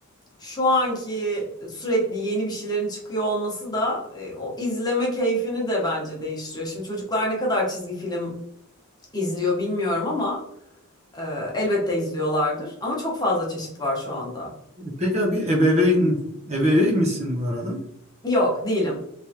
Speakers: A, on the left; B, on the right.
A: şu anki sürekli yeni bir şeylerin çıkıyor olması da e, o izleme keyfini de bence değiştiriyor. Şimdi çocuklar ne kadar çizgi film izliyor bilmiyorum ama. Ee, elbette izliyorlardır ama çok fazla çeşit var şu anda.
B: Peki abi ebeveyn, ebeveyn misin bu arada?
A: Yok, değilim.